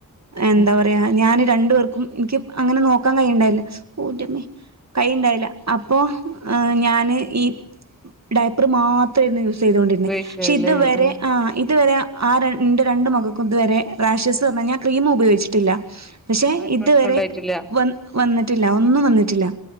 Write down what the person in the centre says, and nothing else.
ഉം
ഉപയോഗിച്ചല്ലേ
ഉം
ആ ഒരു
പ്രശ്നം ഉണ്ടായിട്ടില്ല